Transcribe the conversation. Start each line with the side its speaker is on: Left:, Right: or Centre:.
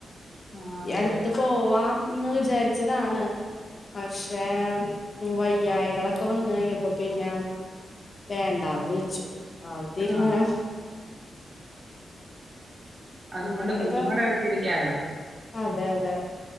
Right: ആ
Left: ഈ
Right: അതെ
Left: അട്ത്ത് പോവാം എന്ന് വിചാരിച്ചതാണ് പക്ഷേ വയ്യായികളൊക്കെ വന്ന് കഴിഞ്ഞപ്പോ പിന്നെ വേണ്ടന്ന് വെച്ചു ആഹ് തീരുമാനം
Right: ആ അതുകൊണ്ട്
Left: അങ്ങനെ
Right: കുഞ്ഞുങ്ങടെ
Left: ഇപ്പൊ
Right: അടുത്തരിക്കാലോ
Left: അതെ അതെ